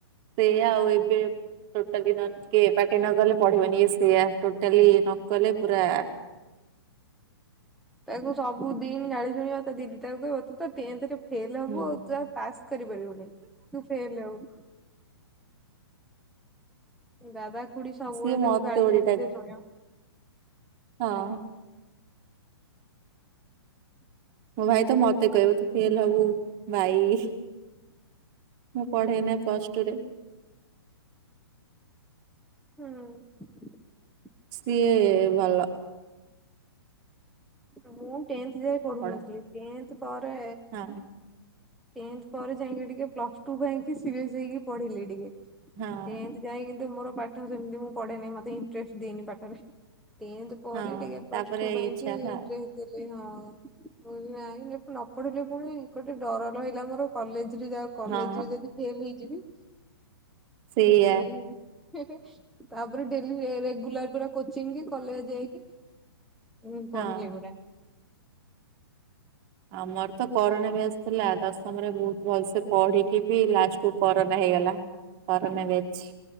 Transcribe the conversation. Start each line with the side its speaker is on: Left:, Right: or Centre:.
Right: ସେଇଆ ଆଉ ଏବେ ଟୋଟାଲି ନଅନ କେ ପାଟି ନ କଲେ ପଢିବନି ଇଏ ସେଇଆ ଟୋଟାଲି ନକଲେ ପୁରା
Centre: ତାକୁ ସବୁ ଦିନ ଗାଳି ଶୁଣିବ ତା ଦିଦି ତାକୁ କହିବ ତୁ ତ ଟେନଥରେ ଫେଲ ହୋବୁ
Right: ହୁଁ
Centre: ଆଉ ତୁ ଆଉ ପାସ୍ କରିପାରିବୁନେଇ ତୁ ଫେଲ ହୋବୁ। ଦାଦା ଖୁଡି ସବୁବେଳେ
Right: ସିଏ ମତେ
Centre: ତାକୁ ଗାଳି
Right: ବୋଲି
Centre: ଖାଲି ସେ ଶୁଣିବ।
Right: ଆଉ ମୋ ଭାଇ ତ ମତେ କହିବ ତୁ ଫେଲ ହୋବୁ ଭାଇ ମୁଁ ପଢେନା। ପ୍ଲସ ଟୁରେ
Centre: ହୁଁ।
Right: ସିଏ ଭଲ
Centre: ମୁଁ ଟେନ୍ଥ୍ ଯାଏ ପଢୁନଥିଲି
Right: ପଢନ୍ତି
Centre: ଟେନ୍ଥ୍ ପରେ
Right: ହଁ
Centre: ଟେନ୍ଥ୍ ପରେ ଯାଇକି ଟିକେ ପ୍ଲସ ଟୁ ପାଇଁକି ସିିରିଏସ୍ ହେଇକି ପଢିଲି ଟିକେ
Right: ହଁ।
Centre: ଟେଥ ଯାଏଁକି କିନ୍ତୁ ମୋର ପାଠ ସେମତି ମୁଁ ପଢେନେଇ ମତେ ଇଣ୍ଟରେଷ୍ଟ ଦିଏନି ପାଠରେ। ଟେନ୍ଥ ପରେ
Right: ହଁ
Centre: ଟିକେ ପ୍ଲସ
Right: ତାପରେ
Centre: ଟୁ ପାଇଁ
Right: ଇଚ୍ଛା
Centre: କିି
Right: ହେଲା
Centre: ଲି ହଁ ମୁଁ କଇଲି ନାଇ ନ ପଢିଲେ ପୁଣି ଗୋଟେ ଡର ରହିଲା ମୋର କଲେଜ ଯିବି ଯା କଲେଜରେ
Right: ହଁ
Centre: ଯଦି ଫେଲ ହେଇଯିବି।
Right: ସେଇଆ
Centre: ସେଇଲାଗି ମୁଁ ହେ ହେ ତାପରେ ଡେଲି ରେ ରେଗୁଲାର ପୁରା କୋଚିଂ କି କଲେଜ ଯାଇକି ମୁଁ ପଢିଲି
Right: ହଁ।
Centre: ପୁରା।
Right: ଆମର ତ କରୋନା ବ୍ୟାଚ ଥିଲା ଦଶମରେ ବୋହୁତ ଭଲସେ ପଢିକି ବି ଲାଷ୍ଟକୁ କରୋନା ହେ ହେଇଗଲା କରୋନା ବ୍ୟାଚ।